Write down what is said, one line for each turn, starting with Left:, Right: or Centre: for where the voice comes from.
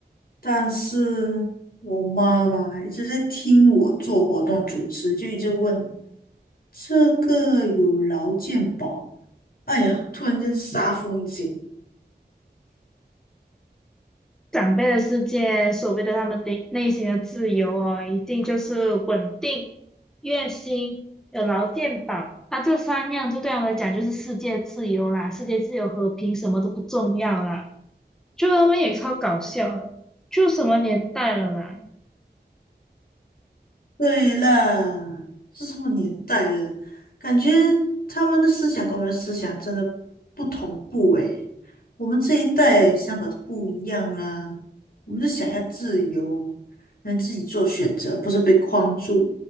Left: 但是我妈妈一直在听我做活动主持，就一直问这个有劳健保。哎呀，突然间杀风景。
Centre: 长辈的世界，所谓的他们内内心的自由哦，一定就是稳定、月薪、有劳健保，那这三样就对他们来讲就是世界自由啦，世界自由和平什么都不重要啦。就他们也超搞笑了，就什么年代了啦？
Left: 对啦，是什么年代了？感觉他们的思想跟我们的思想真的不同步诶。我们这一代想法是不一样啦，我们是想要自由，能自己做选择，不是被框住。